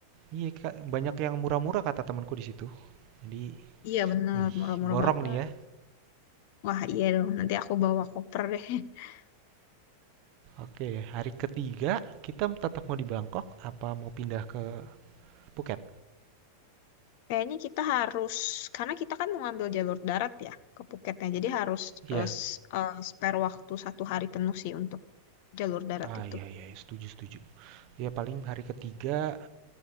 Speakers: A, on the right (about 40°); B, on the left (about 50°).
A: Iya, Kak, banyak yang murah-murah kata temanku di situ. Jadi,
B: Iya bener,
A: wih,
B: murah-murah
A: borong
B: banget.
A: nih ya.
B: Wah iya dong. Nanti aku bawa koper deh. <laughs>
A: Oke, hari ketiga kita tetap mau di Bangkok apa mau pindah ke Phuket?
B: Kayaknya kita harus karena kita kan mau ngambil jalur darat ya ke Phuketnya. Jadi harus
A: Iya.
B: eh, s- eh, spare waktu satu hari penuh sih untuk jalur darat
A: Ah,
B: itu.
A: iya iya, iya, setuju setuju. Ya paling hari ketiga